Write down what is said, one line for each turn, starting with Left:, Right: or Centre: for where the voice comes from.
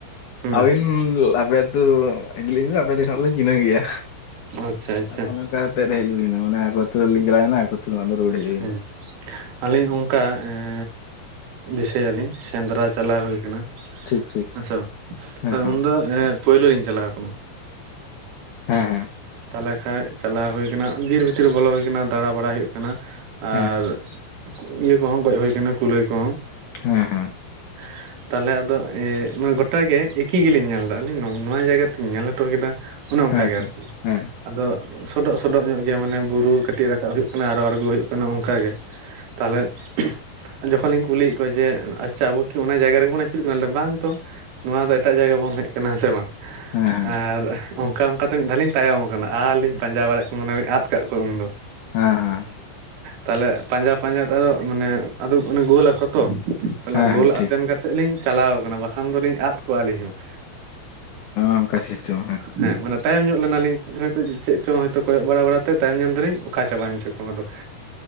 Right: ᱦᱩᱸ
Left: ᱟᱹᱵᱤᱱ ᱟᱯᱮ ᱟᱹᱛᱩ ᱤᱫᱤ ᱞᱤᱧ ᱵᱤᱱ ᱟᱯᱮ <unintelligible> ᱞᱤᱧ ᱪᱤᱱᱦᱟᱹᱣ ᱜᱮᱭᱟ᱾
Right: ᱟᱪᱪᱷᱟ ᱟᱪᱪᱷᱟ
Left: ᱟᱫᱚ ᱚᱱᱮ ᱚᱱᱠᱟ ᱠᱟᱛᱮᱛ ᱦᱮᱡ ᱦᱩᱭᱱᱟ ᱢᱟᱱᱮ ᱟᱠᱚ ᱟᱹᱛᱩ ᱨᱮ ᱞᱤᱧ ᱪᱟᱞᱟᱣᱮᱱᱟ ᱟᱠᱚ ᱟᱹᱛᱩ ᱠᱷᱚᱱᱟᱜ ᱟᱫᱚ ᱨᱩᱣᱟᱹᱲ ᱦᱮᱡ ᱦᱩᱭᱱᱟ᱾
Right: ᱦᱮᱸ ᱟᱹᱞᱤᱧ ᱦᱚᱸ ᱚᱝᱠᱟ ᱮᱸ ᱫᱤᱥᱟᱹᱭᱟᱞᱤᱧ ᱥᱮᱸᱫᱽᱨᱟ ᱪᱟᱞᱟᱣ ᱦᱩᱭ ᱠᱟᱱᱟ
Left: ᱴᱷᱤᱠ ᱴᱷᱤᱠ
Right: <unintelligible>
Left: ᱦᱮᱸ ᱦᱮᱸ
Right: ᱩᱱᱫᱚ ᱯᱳᱭᱞᱳ ᱞᱤᱧ ᱪᱟᱞᱟᱣ ᱠᱟᱱᱟ᱾
Left: ᱦᱮᱸ ᱦᱮᱸ᱾
Right: ᱛᱟᱦᱟᱞᱮ ᱠᱷᱟᱡ ᱪᱟᱞᱟᱣ ᱦᱩᱭ ᱠᱟᱱᱟ ᱵᱤᱨ ᱵᱷᱤᱛᱤᱨ ᱵᱚᱞᱚ ᱦᱩᱭ ᱠᱟᱱᱟ, ᱫᱟᱬᱟ ᱵᱟᱲᱟᱭ ᱦᱩᱭᱩᱜ ᱠᱟᱱᱟ ᱟᱨ
Left: ᱦᱮᱸ
Right: ᱤᱭᱟᱹ ᱠᱚᱦᱚᱸ ᱜᱚᱡ ᱦᱩᱭ ᱠᱟᱱᱟ ᱠᱩᱞᱟᱹᱭ ᱠᱚᱦᱚᱸ᱾
Left: ᱦᱮᱸ ᱦᱮᱸ᱾
Right: <inaudible> ᱛᱟᱞᱦᱮ ᱟᱫᱚ <unintelligible> ᱜᱚᱴᱟᱜᱮ ᱮᱠᱤ ᱜᱮᱞᱤᱧ ᱧᱮᱞ ᱫᱟ ᱟᱹᱞᱤᱧ ᱱᱚᱣᱟ ᱡᱟᱭᱜᱟ ᱛᱚ ᱧᱮᱞ ᱦᱚᱴᱚ ᱠᱮᱫᱟ᱾ ᱚᱱᱚ ᱚᱝᱠᱟ
Left: ᱦᱮᱸ
Right: ᱜᱮ
Left: ᱦᱮᱸ ᱦᱮᱸ
Right: ᱟᱨᱠᱤ᱾
Left: ᱦᱮᱸ
Right: ᱟᱫᱚ ᱥᱚᱰᱚᱜ ᱥᱚᱰᱚᱜ ᱧᱚᱜ ᱜᱮᱭᱟ ᱢᱟᱱᱮ ᱵᱩᱨᱩ ᱠᱟᱹᱴᱤᱡ ᱨᱟᱠᱟᱵ ᱦᱩᱭᱩᱜ ᱠᱟᱱᱟ ᱟᱨᱚ ᱟᱲᱜᱚ ᱦᱩᱭᱩᱜ ᱠᱟᱱᱟ ᱚᱱᱠᱟ ᱜᱮᱼᱼ ᱛᱟᱦᱚᱞᱮ <unintelligible> ᱡᱚᱠᱷᱚᱱ ᱞᱤᱧ ᱠᱩᱞᱤᱭᱮᱫ ᱠᱚᱣᱟ ᱡᱮ ᱟᱪᱪᱷᱟ ᱟᱵᱚ ᱠᱤ ᱚᱱᱟ ᱡᱟᱭᱜᱟ ᱨᱮᱜᱮᱵᱚᱱ ᱟᱹᱪᱩᱨᱚᱜ ᱠᱟᱱᱟ ᱞᱟᱹᱭ ᱫᱟ ᱵᱟᱝ ᱛᱚᱼᱼ ᱱᱚᱣᱟ ᱫᱚ ᱮᱴᱟᱜ ᱡᱟᱭᱜᱟ ᱵᱚᱱ ᱦᱮᱡ ᱟᱠᱟᱱᱟ ᱥᱮ ᱵᱟᱝ? ᱟᱨ
Left: ᱦᱮᱸ ᱦᱮᱸ
Right: ᱚᱱᱠᱟ ᱚᱱᱠᱟᱛᱮ ᱢᱤᱫ ᱫᱷᱟᱣ ᱞᱤᱧ ᱛᱟᱭᱚᱢ ᱟᱠᱟᱱᱟ ᱟᱨ ᱞᱤᱧ
Left: ᱟᱪᱪᱷᱟ
Right: ᱯᱟᱸᱡᱟ ᱵᱟᱲᱟᱭᱮᱫ ᱠᱚ ᱢᱚᱱᱮ ᱟᱫᱼᱼ ᱟᱠᱟᱫ ᱠᱚᱣᱟ ᱩᱱᱫᱚ᱾
Left: ᱦᱮᱸ ᱦᱮᱸ
Right: ᱛᱟᱦᱚᱞᱮ ᱯᱟᱸᱡᱟ ᱯᱟᱸᱡᱟ ᱛᱮ ᱢᱟᱱᱮ ᱟᱫᱚ ᱚᱱᱮ ᱜᱳᱞᱟ ᱟᱠᱚ ᱛᱚ᱾ ᱛᱟᱦᱚᱞᱮ
Left: ᱦᱮᱸ
Right: ᱜᱳᱞ
Left: ᱦᱮᱸ ᱴᱷᱤᱠ
Right: ᱟᱛᱮᱱ ᱠᱟᱛᱮᱜ ᱞᱤᱧ ᱪᱟᱞᱟᱣ ᱠᱟᱱᱟ ᱵᱟᱠᱷᱟᱱ ᱫᱚᱞᱤᱧ ᱟᱫ ᱠᱚᱜᱣᱟ ᱟᱹᱞᱤᱧ ᱦᱚᱸ
Left: ᱳᱱᱠᱟ ᱥᱤᱥᱴᱮᱢ
Right: ᱦᱮᱸ ᱢᱟᱱᱮ ᱛᱟᱭᱚᱢ ᱧᱚᱜᱼᱼ ᱞᱮᱱᱟᱞᱤᱧ ᱦᱚᱭᱛᱳ ᱪᱮᱫ ᱪᱚᱝ ᱦᱚᱭᱛᱳ ᱠᱚᱭᱚᱜ ᱵᱟᱲᱟ ᱵᱟᱲᱟ ᱛᱮ ᱛᱟᱭᱚᱢ ᱧᱟᱢ ᱫᱟᱞᱤᱧ ᱚᱠᱟ ᱪᱟᱵᱟᱭᱮᱱ ᱪᱚᱠᱚ ᱟᱫᱚᱼᱼ